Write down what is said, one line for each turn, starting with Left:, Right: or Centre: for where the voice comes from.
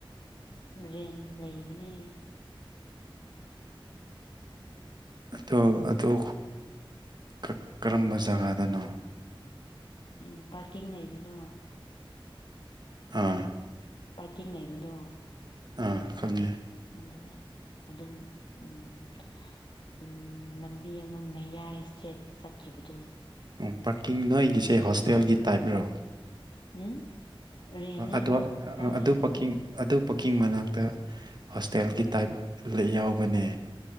Left: ꯔꯦꯟ ꯂꯩꯕꯅꯦ
Right: ꯑꯗꯣ ꯑꯗꯨꯣ ꯍ ꯀꯔꯝꯕ ꯖꯒꯥꯗꯅꯣ
Left: ꯎꯝ ꯄꯥꯔꯀꯤꯡ ꯂꯩꯕꯗꯣ
Right: ꯑꯥ
Left: ꯄꯥꯔꯀꯤꯡ ꯂꯩꯕꯗꯣ
Right: ꯑꯥ ꯈꯪꯉꯦ
Left: ꯑꯗꯨ ꯑꯗꯨꯝ ꯎꯝ ꯎꯝ ꯂꯝꯕꯤ ꯑꯃ ꯃꯌꯥꯏ ꯏꯁꯇ꯭ꯔꯦꯠ ꯆꯠꯈꯤꯕꯗꯨꯣ
Right: ꯎ ꯄꯥꯔꯀꯤꯡ ꯅꯣꯏꯒꯤꯁꯦ ꯍꯣꯁꯇꯦꯜꯒꯤ ꯇꯥꯏꯞꯔꯣ
Left: ꯎꯝ ꯔꯦꯟꯅꯦꯕ
Right: ꯑꯗꯨ
Left: ꯕꯔꯥꯅꯦꯕ
Right: ꯑꯗꯨ ꯄꯀꯤꯡ ꯑꯗꯨ ꯄꯨꯛꯀꯤꯡ ꯃꯅꯥꯛꯇ ꯍꯣꯁꯇꯦꯜꯒꯤ ꯇꯥꯏꯞ ꯌꯥꯎꯕꯅꯦ